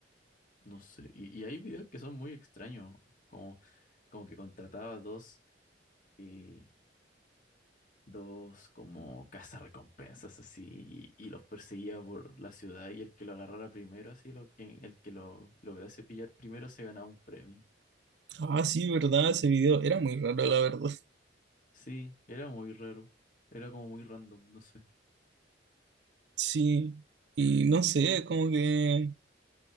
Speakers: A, on the left (about 45°); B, on the right (about 65°).
A: No sé. Y, y hay videos que son muy extraños. Como, como que contrataba dos, eh, dos como cazarrecompensas así y, y los perseguía por la ciudad y el que lo agarrara primero, así lo que, el que lo lograse pillar primero se ganaba un premio.
B: Ah, sí, verdad, ese video era muy raro, la verdad.
A: Sí, era muy raro. Era como muy random, no sé.
B: Sí. Y no sé, como que